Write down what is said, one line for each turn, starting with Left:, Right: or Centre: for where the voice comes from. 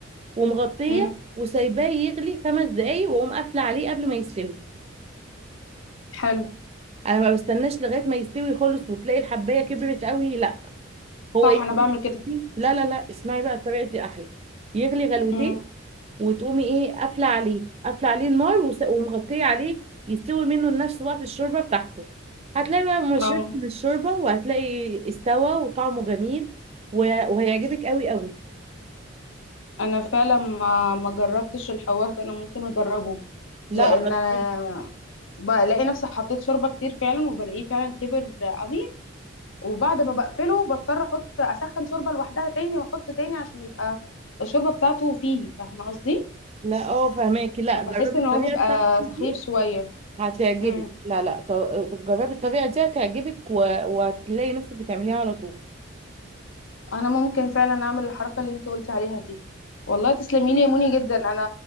Right: ومغطيه
Left: امم
Right: وسايباه يغلي خمس دقايق واقوم قافله عليه قبل ما يستوي
Left: حلو
Right: انا ما بستناش لغايه ما يستوي خالص وتلاقي الحبايه كبرت قوي لا هو
Left: صح انا بعمل كده
Right: يغلي لا لا لا اسمعي بقى الطريقه دي احلى يغلي غلوتين
Left: امم
Right: وتقومي ايه قافله عليه قافله عليه النار وس- ومغطيه عليه يستوي منه لنفس وقت الشوربه بتاعته هتلاقي بقى مشرب
Left: اه
Right: من الشوربه وهتلاقي استوى وطعمه جميل و- وهيعجبك قوي قوي
Left: انا فعلا ما ما جربتش الحوار ده انا ممكن اجربه
Right: لا
Left: لان
Right: على طول
Left: انا بلاقي نفسي حطيت شوربه كتير فعلا وبلاقيه فعلا كبر قوي وبعد ما بقفله بضطر احط اسخن شوربه لوحدها تاني واحط تاني عشان يبقى الشوربه بتاعته فيه فاهمه قصدي
Right: لا اه فهماكي لا
Left: فبحس
Right: جربي
Left: ان
Right: الطريقه
Left: هو بيبقى
Right: بتاعتي دي
Left: سخيف شويه
Right: هتعجبك
Left: امم
Right: لا لا ط- جربي الطريقه دي هتعجبك و- وهتلاقي نفسك بتعمليها على طول
Left: انا ممكن فعلا اعمل الحركه اللي انت قلتي عليها دي والله تسلمي لي يا موني جدا انا